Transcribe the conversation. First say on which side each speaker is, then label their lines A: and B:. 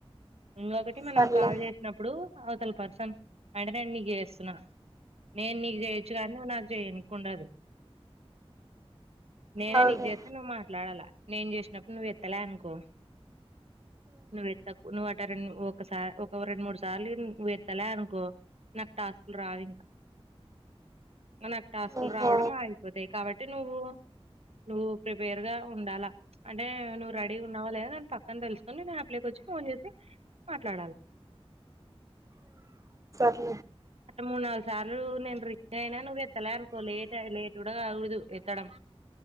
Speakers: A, on the right; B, on the right.
A: ఇంగొకటి మనం
B: సర్లే
A: కాల్ జేసినప్పుడు అసల్ పర్సన్ అంటడని నీక్ జేస్తున్నా నేను నీకు జేయొచ్చు గానీ నువ్వుకు జేయని కుండదు నేనే
B: అవులే
A: నీకు జెతే నువ్ మాట్లాడాలా నేను జేసినప్పుడు నువ్ ఎత్తలే అనుకో నువ్వేత్తకు నువ్వు అట రెండు ఒకసారి ఒక రెండు మూడు సార్లు నువత్తలే అనుకో నాకు టాస్కులు రావు ఇంకా నకు టాస్కులు
B: ఓహో
A: రావడం ఆగిపోతాయి కాబట్టి నువ్వు నువ్వు ప్రిపేర్ గా ఉండాలా అంటే నువ్వు రెడీ ఉన్నావా లేదా అని పక్కన దెల్సుకొని నేను అప్ లోకి ఒచ్చి ఫోన్ జేసి మాట్లాడాల
B: ఇగద్
A: అ మూడు నాలుగు సార్లు నేను రిగ అయినా నువ్వు ఎత్తలే అనుకో లేట్ లేట్ గూడ గాగూడదు ఎత్తడం